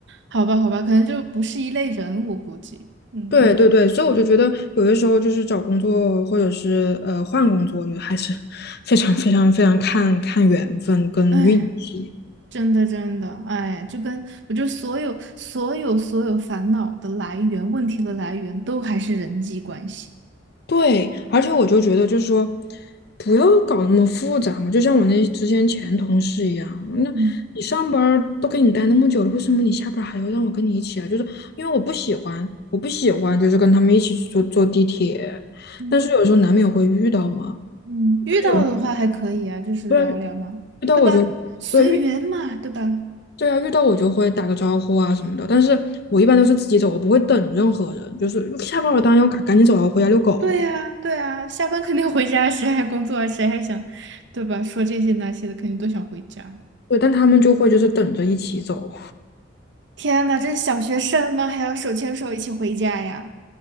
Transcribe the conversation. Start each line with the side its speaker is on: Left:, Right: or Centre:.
Right: 好吧，好吧，可能就不是一类人，我估计。嗯，
Left: 对对对，所以我就觉得有的时候就是找工作或者是呃换工作，我觉得还是 <laughs> 非常非常非常看看缘分跟运气。
Right: 哎，真的，真的，哎，就跟我觉得所有、所有、所有烦恼的来源、问题的来源，都还是人际关系。
Left: 对，而且我就觉得，就是说，不要搞那么复杂嘛，就像我那之前前同事一样，那你上班儿都跟你待那么久了，
Right: 嗯
Left: 为什么你下班儿还要让我跟你一起啊？就是因为我不喜欢，我不喜欢就是跟他们一起去坐坐地铁，
Right: 嗯
Left: 但是有时候难免会遇到嘛，
Right: 嗯，遇到的话还可以啊，
Left: 有
Right: 就是聊聊嘛，
Left: 对啊，遇到我就对遇
Right: 对吧？随缘嘛，对吧？
Left: 对啊，遇到我就会打个招呼啊什么的，但是我一般都是自己走，我不会等任何人，就是下班儿我当然要赶赶紧走啊，回家遛狗，
Right: 对呀，对呀，下班肯定回家，谁还工作啊？谁还想，对吧？说这些那些的，肯定都想回家。
Left: 对，但他们就会就是等着一起走。
Right: 天呐，这是小学生吗？还要手牵手一起回家呀？